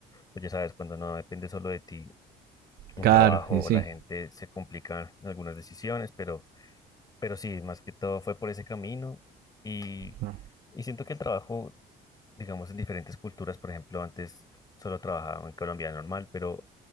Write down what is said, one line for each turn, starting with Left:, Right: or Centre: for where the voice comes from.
Left: pues ya sabes, cuando no depende solo de ti un
Right: claro,
Left: trabajo
Right: y
Left: o
Right: sí,
Left: la gente se complican algunas decisiones, pero, pero sí, más que todo fue por ese camino y,
Right: no,
Left: y siento que el trabajo digamos, en diferentes culturas. Por ejemplo, antes solo trabajaba en Colombia normal, pero